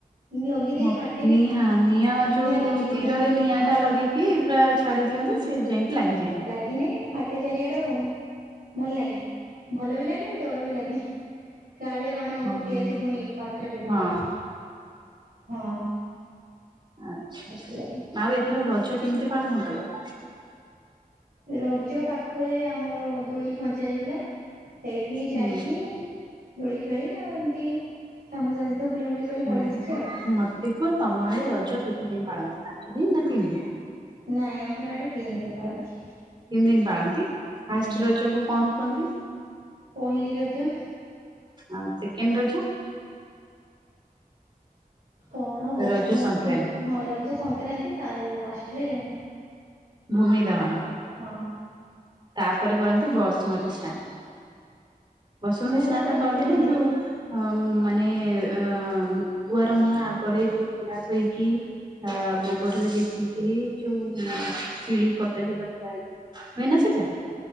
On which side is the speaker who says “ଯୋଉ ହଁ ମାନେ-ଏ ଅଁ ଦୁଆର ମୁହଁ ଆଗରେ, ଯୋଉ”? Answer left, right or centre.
Right